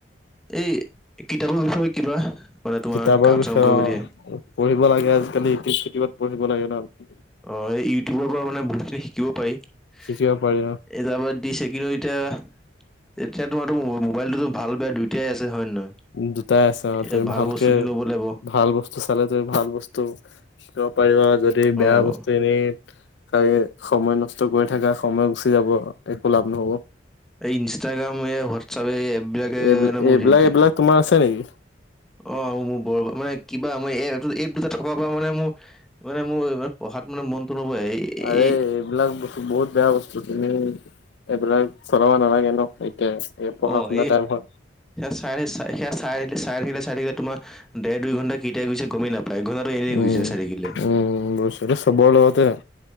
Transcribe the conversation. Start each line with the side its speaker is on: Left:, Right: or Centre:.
Centre: এই কিতাপৰ বিষয়ে কিবা। মানে তোমাৰ
Left: কিতাপৰ
Centre: কাম-চাম
Left: বিষয়ে
Centre: কৰিব
Left: অ'।
Centre: দিয়ে।
Left: পঢ়িব লাগে আজাকালি ইউটিউব-চিউটিউবত পঢ়িব লাগে ন ' <unintelligible>
Centre: অ', এই ইউটিউবৰ পৰা মানে বহুতখিনি শিকিব পাৰি। <unintelligible>
Left: শিকিব পাৰি অ'।
Centre: দিছে কিন্তু এতিয়া এতিয়া তোমাৰো মোবাইলটোতো ভাল বেয়া দুয়োটাই আছে হয় নে নহয়?
Left: দুটাই আছে অ',
Centre: এতিয়া
Left: তুমি
Centre: ভাল
Left: ভালকে
Centre: বস্তুখিনি ল'ব লাগিব
Left: ভাল বস্তু বস্তু চালে তুমি ভাল বস্তু শিকিব পাৰিবা, যদি বেয়া
Centre: অ
Left: বস্তু এনেই চাই সময় নষ্ট কৰি থাকা, সময় গুচি যাব। একো লাভ নহ'ব।
Centre: এই ইনষ্টাগ্ৰাম, এই হোৱাটছআপ, এই এপবিলাকে
Left: এই
Centre: ন' মোক
Left: এইবিলাক
Centre: হিট দিয়ে।
Left: এইবিলাক তোমাৰ আছে নেকি
Centre: অ', মোৰ বৰ মানে কিবা মই এই এপ দুটা, এই দুটা থকাৰ পৰা মানে মোৰ মানে মোৰ ইমান পঢ়াত মানে মনতটো ন'বহে, এই
Left: আৰে,
Centre: এই
Left: এইবিলাক বস্তু বহুত বেয়া বস্তু, তুমি এইবিলাক চলাব নালাগে ন'! <unintelligible>
Centre: অ',
Left: শুনা টাইম হয়
Centre: সেই সেয়া চাই-চাই সেয়া চাই- চাই- চাই থাকিলে চাই থাকিলে তোমাৰ, দেৰ দুইঘণ্টা কেতিয়া গৈছে গমেই নাপায়। একঘণ্টাটো এনেই
Left: উম
Centre: গুচি যায় চাই থাকিলে।
Left: উম বুজিছো এইটো চবৰ লগতে হয়।